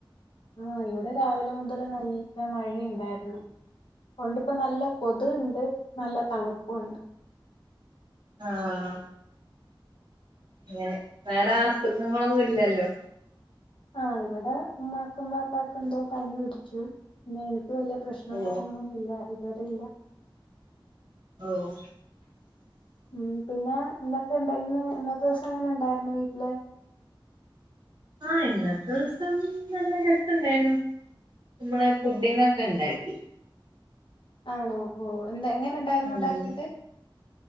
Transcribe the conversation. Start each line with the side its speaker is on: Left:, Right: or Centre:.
Left: ആ ഇവിടെ രാവിലെ മുതൽ നല്ല മഴയുണ്ടായിരുന്നു ഒണ്ട് ഇപ്പൊ നല്ല കൊതു ഉണ്ട് നല്ല തണുപ്പുണ്ട്
Right: ആഹ് അങ്ങനെ വേറെ അസുഖങ്ങളൊന്നുല്ലല്ലോ
Left: ആഹ് ഇവിടെ ഉമ്മാക്കും വാപ്പക്കും ഉണ്ട്. പനി പിടിച്ചു പിന്നെ എനിക്ക് വലിയ പ്രശ്നോ
Right: ഓ
Left: കാര്യങ്ങളൊന്നും ഇല്ല ഇതുവരെ ഇല്ല
Right: ഓഹ്
Left: ഉം പിന്നെ എന്തൊക്കെണ്ട് ഇന്ന് ഇന്നത്തെ ദിവസം എങ്ങനെ ഇണ്ടായിരുന്നു വീട്ടില്
Right: ആ ഇന്നത്തെ ദിവസം നല്ല രസണ്ടായിരുന്നു നമ്മള് ഫുഡിങ്ങൊക്കെ ഇണ്ടാക്കി
Left: ആണോ ഓഹ എന്ന് എങ്ങനെ ഇണ്ടായിരുന്നു
Right: ഉം
Left: ഇണ്ടാക്കിട്ട്